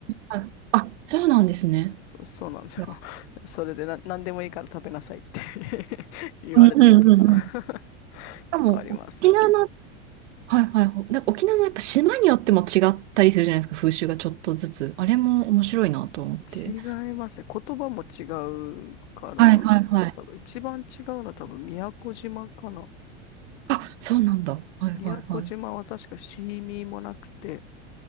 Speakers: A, on the right; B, on the left.
A: はいあ、そうなんですね。
B: そ、そうなんですよ。
A: いや、
B: <laughs> それでな、何でもいいから食べなさいって <laughs> 言われたりとか
A: うんうんうんうん。
B: <laughs> 結構ありますね。
A: でも、沖縄の、はいはいえはいあそうなんですねいやうんうんうんうんでも沖縄のはいはいなんか沖縄のやっぱ島によっても違ったりするじゃないですか、風習がちょっとずつ。あれも面白いなと思って。
B: 違いますね。言葉も違うから、
A: はいはいはい。
B: 多分一番違うのは多分宮古島かな。
A: あ、そうなんだ。はいはいはい。
B: 宮古島は確かシーミーもなくて、